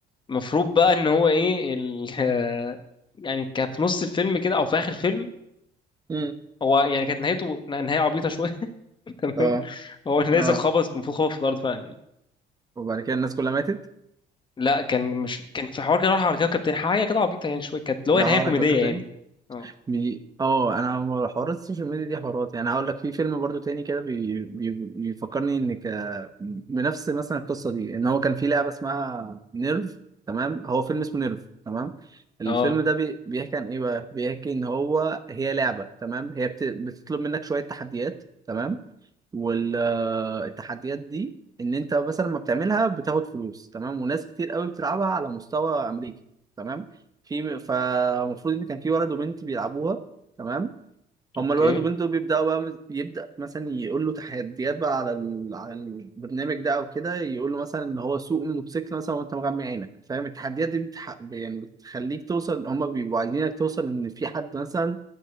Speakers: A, on the left; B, on the right.
A: المفروض بقى إن هو إيه ال... <laughs> يعني كان في نص الفيلم كده أو في آخر الفيلم
B: مم.
A: هو يعني كانت نهايته نهاية عبيطة شوية <laughs> تمام
B: اه
A: هو نازل
B: اه
A: خبط المفروض خبط في الأرض فعلا يعني
B: وبعد كده الناس كلها ماتت
A: لا كان مش كان في حوار كده راح على كوكب تاني حاجة كده عبيطة يعني شوية كانت اللي
B: ده
A: هو نهاية
B: هقرا
A: كوميدية
B: كوكب
A: يعني
B: تاني
A: اه
B: بي... اه انا حوارات السوشيال ميديا دي حوارات يعني هقول لك في فيلم برضو تاني كده بي... بي... بيفكرني ان ك... بنفس مثلا القصه دي ان هو كان في لعبه اسمها نيرف تمام هو فيلم اسمه نيرف تمام الفيلم
A: اه
B: ده بي... بيحكي عن ايه بقى بيحكي ان هو هي لعبه تمام هي بت... بتطلب منك شويه تحديات تمام والتحديات دي ان انت مثلا لما بتعملها بتاخد فلوس تمام وناس كتير قوي بتلعبها على مستوى امريكا تمام في فالمفروض ان كان في ولد وبنت بيلعبوها تمام هما
A: اوكي
B: الولد والبنت دول بيبداوا بقى مت- يبدا مثلا يقول له تحديات بقى على ال... على البرنامج ده او كده يقول له مثلا ان هو سوق الموتوسيكل مثلا وانت مغمي عينك فاهم التحديات دي بتح... يعني بتخليك توصل هما بيبقوا عايزينك توصل ان في حد مثلا